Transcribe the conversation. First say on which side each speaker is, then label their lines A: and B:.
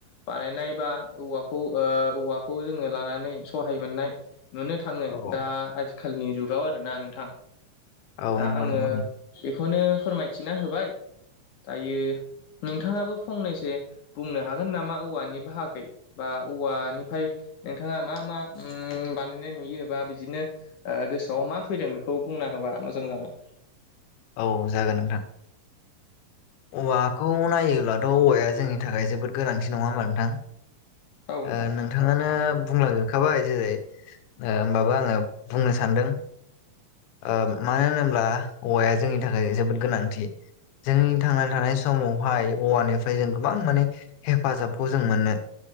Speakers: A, on the left; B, on the left.
A: बानायनाय बा औवाखौ ओ औवाखौ जोङो लानानै सहाय मोननाय नुनो थाङो
B: औ
A: दा आथिखालनि जुगाव आरोना नोंथां
B: औ
A: दा
B: नंगौ
A: आङो
B: नंगौ
A: बेखौनो फोरमायथिना होबाय दायो। नोंथाङाबो फंनैसो बुंनो हागोन नामा औवानि बाहागै बा औवानिफ्राय नोंथाङा मा मा ओम नुयो बा बिदिनो गोसोआव मा फैदों बेखौ बुंना होबा मोजां जागोन
B: औ जागोन नोंथां औवाखौ नायोब्लाथ' औवाया जोंनि थाखाय जोबोद गोनांथि नङा होमबा नोंथां।
A: औ नोंथां
B: ओ नोंथाङानो बुंलां जोबखाबाय जेरै ओ होमबाबो आङो बुंनो सानदों। ओ मानो होनोब्ला औवाया जोंनि थाखाय जोबोद गोनांथि। जोंनि थांनानै थानाय समावहाय औवानिफ्राय जों गोबां माने हेफाजाबखौ जों मोनो।